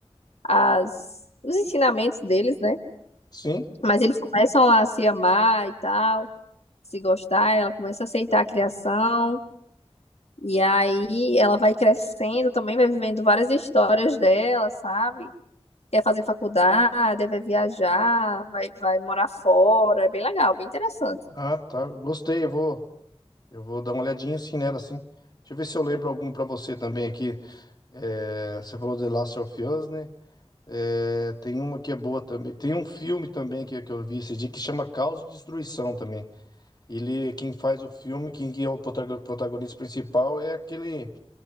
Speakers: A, on the left; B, on the left.
A: as, os ensinamentos deles, né?
B: sim.
A: Mas eles começam a se amar e tal, se gostar, ela começa a aceitar a criação. E aí ela vai crescendo também, vai vivendo várias histórias dela, sabe? Quer fazer faculdade, vai viajar, vai, vai morar fora. É bem legal, bem interessante.
B: Ah, tá. Gostei, eu vou. Eu vou dar uma olhadinha assim nela, assim. Deixa eu ver se eu lembro algum pra você também aqui. É, você falou de Last of Us, né? É, tem uma que é boa também. Tem um filme também que, que eu vi esse dia que chama Caos e Destruição também. Ele, quem faz o filme, quem que é o protago- protagonista principal é aquele